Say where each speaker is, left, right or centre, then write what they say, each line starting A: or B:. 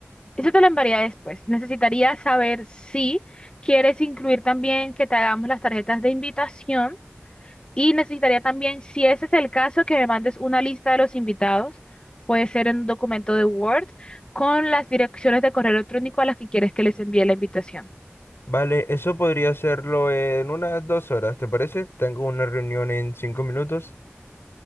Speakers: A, on the left; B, on the left.
A: Eso te lo enviaría después. Necesitaría saber si quieres incluir también que te hagamos las tarjetas de invitación y necesitaría también, si ese es el caso, que me mandes una lista de los invitados. Puede ser en un documento de Word con las direcciones de correo electrónico a las que quieres que les envíe la invitación.
B: Vale, eso podría hacerlo en unas dos horas, ¿te parece? Tengo una reunión en cinco minutos.